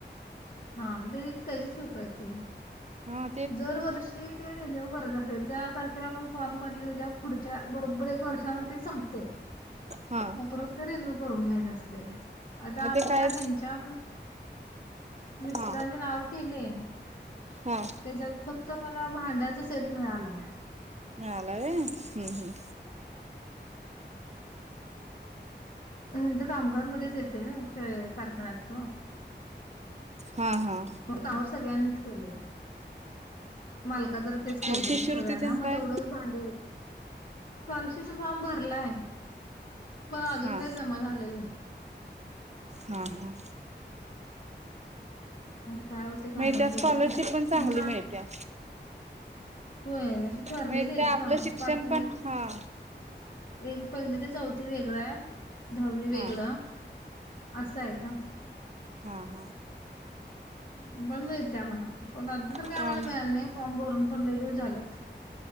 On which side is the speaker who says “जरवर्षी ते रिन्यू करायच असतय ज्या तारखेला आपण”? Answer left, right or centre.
Left